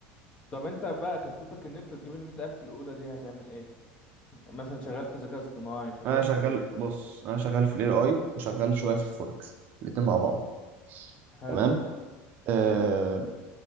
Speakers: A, on the left (about 20°); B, on the right (about 35°).
A: طب انت بقى خطتك ان انت تجيب المئة ألف الأولى دي هتعمل ايه؟ مثلا شغال في ذكاء اصطناعي شغال
B: انا شغال
A: في شغال.
B: بص انا شغال في الاي اي وشغال شويه في الفوركس الاتنين مع بعض
A: حلو
B: تمام آه...
A: مم.